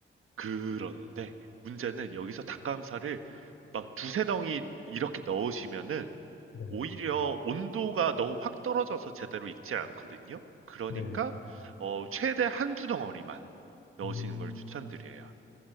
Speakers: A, on the right; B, on the left.
A: 그런데 문제는 여기서 닭가슴살을 막 두세 덩이 이렇게 넣으시면은
B: 네,
A: 오히려 온도가 너무 확 떨어져서 제대로 익지 않거든요. 그러니까
B: 네.
A: 어, 최대 한두 덩어리만 넣으시는
B: 음.
A: 걸 추천드려요.